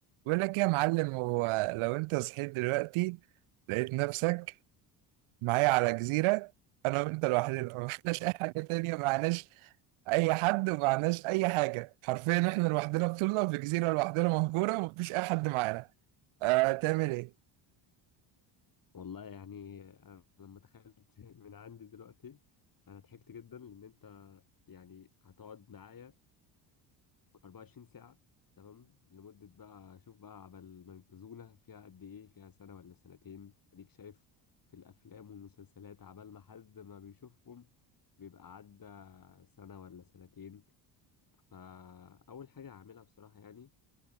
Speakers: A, on the right; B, on the left.
A: بقول لك إيه يا معلم هو لو انت صحيت دلوقتي لقيت نفسك معايا على جزيرة انا وانت لوحدنا ما فيناش اي حاجة تانية معناش اي حد ومعناش اي حاجة حرفيا احنا لوحدنا بطولنا في جزيرة لوحدنا مهجورة ومفيش اي حد معانا آه تعمل ايه
B: والله يعني أنا لما تخيلت <laughs> من عندي دلوقتي أنا ضحكت جدا لأن أنت يعني هتقعد معايا 24 ساعة تمام لمدة بقى شوف بقى عبال ما ينقذونا فيها قد إيه فيها سنة ولا سنتين أديك شايف في الأفلام والمسلسلات عبال ما حد ما بيشوفهم بيبقى عدى سنة ولا سنتين فأول حاجة هعملها بصراحة يعني